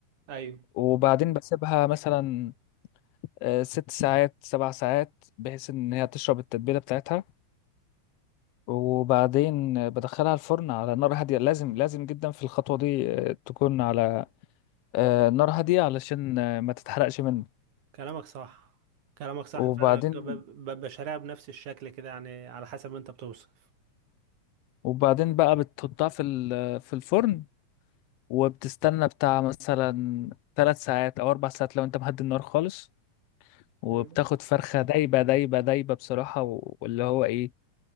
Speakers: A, on the right (about 75°); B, on the left (about 70°).
A: ايوه
B: وبعدين بسيبها مثلا آه، ست ساعات سبع ساعات بحيث إن هي تشرب التتبيلة بتاعتها وبعدين آه، بدخلها الفرن على نار هادية لازم لازم جدا في الخطوة دي آه، تكون على آه، نار هادية علشان آه، ما تتحرقش منه
A: كلامك صح كلامك صح
B: وبعدين
A: فعلا ب- ب- ببقى شاريها بنفس الشكل كده يعني على حسب ما انت بتوصف
B: وبعدين بقى بتحطها في ال- في الفرن وبتستنى بتاع مثلا ثلاث ساعات او اربع ساعات لو انت مهدي النار خالص وبتاخد
A: ايوه
B: فرخة دايبة دايبة دايبة بصراحة و- واللي هو ايه